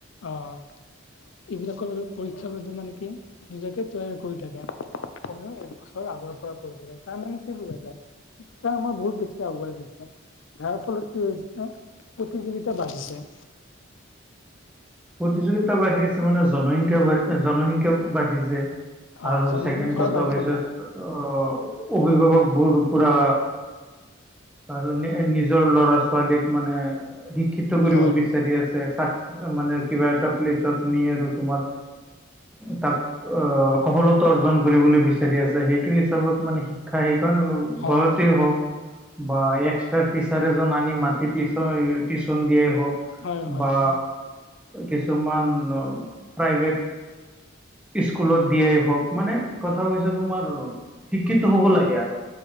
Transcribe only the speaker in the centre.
প্ৰতিযোগিতা বাঢ়ি আছে মানে জনসংখ্যা বাঢ় জনসংখ্যা বাঢ়িছে।
আৰু
ছেকেণ্ড কথা
হৈছে,
আ অভিভাৱকবোৰ পৰা আৰু নে নিজৰ ল'ৰা ছোৱালীক মানে শিক্ষিত কৰিব
বিচাৰি আছে, চাক মানে কিবা এটা প্লেচত। নিয়ে আৰু তোমাক তাত অ' সফলতা অৰ্জন কৰিবলৈ বিচাৰি আছে সেইটো হিচাপত মানে শিক্ষা সেইকাৰণে
ঘৰতে হওক, বা এক্সট্ৰা টিচাৰ এজন আনি মাতি টিচ টিউচন দিয়াই হওক।
বা কিছুমান প্ৰাইভেট স্কুলত দিয়াই হওক মানে কথা হৈছে তোমাৰ শিক্ষিত হ'ব লাগে আৰু